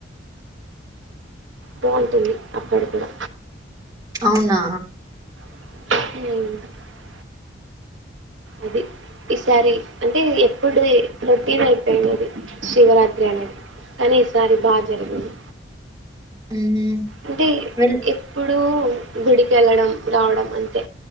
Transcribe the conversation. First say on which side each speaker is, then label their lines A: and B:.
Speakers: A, on the right; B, on the right.
A: బాగుంటుంది అక్కడ కూడా
B: అవునా
A: అ అది ఈసారి అంటే ఎప్పుడు రొటీన్ అయిపోయింది అది శివరాత్రి అనేది కానీ ఈసారి బాగా జరిగింది
B: ఉమ్
A: అంటే
B: వెల్
A: ఎప్పుడు గుడికెళ్ళడం రావడం అంతే